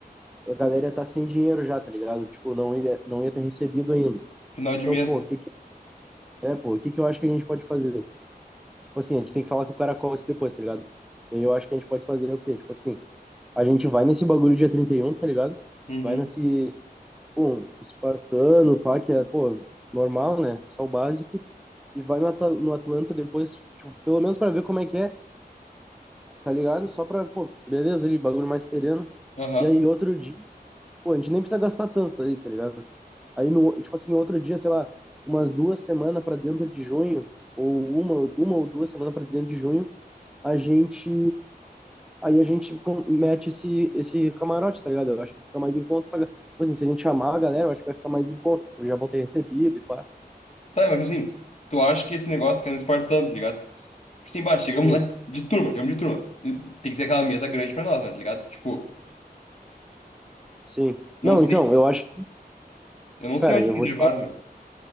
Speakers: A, in the centre; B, on the left.
A: a galera ia tá sem dinheiro já, tá ligado? Tipo, não ia não ia ter recebido ainda.
B: Final
A: Então,
B: de mês,
A: pô,
B: né?
A: o que que, é, pô, o que que eu acho que a gente pode fazer? Tipo assim, a gente tem que falar com o caracol isso depois, tá ligado? E aí eu acho que a gente pode fazer o quê? Tipo assim, a gente vai nesse bagulho dia 31 tá ligado?
B: Uhum.
A: Vai nesse, um, espartano, pá, que é, pô, normal, né? Só o básico. E vai no, Ata- no Atlanta depois, tipo, pelo menos pra ver como é que é, tá ligado? Só pra, pô, beleza, ali, bagulho mais sereno.
B: Aham.
A: E aí outro dia, tipo, a gente nem precisa gastar tanto, tá aí, tá ligado? Aí, no, tipo assim, outro dia, sei lá, umas duas semanas para dentro de junho, ou uma, uma ou duas semanas para dentro de junho, a gente. Aí a gente com- mete esse, esse camarote, tá ligado? Eu acho que fica mais em conta. Pra, tipo assim, se a gente chamar a galera, eu acho que vai ficar mais em conta, porque já vão ter recebido e pá.
B: Tá, mas tipo assim, tu acha que esse negócio que é no Espartano, tá ligado? Tipo assim, bah, chegamos
A: Sim,
B: lá de, de turma, chegamos de turma. E Tem que ter aquela mesa grande pra nós, né, tá ligado? Tipo,
A: sim.
B: não
A: Não,
B: sei,
A: então, eu acho.
B: eu não
A: Cara,
B: sei onde
A: eu
B: que
A: vou
B: reservaram,
A: te falar.
B: meu.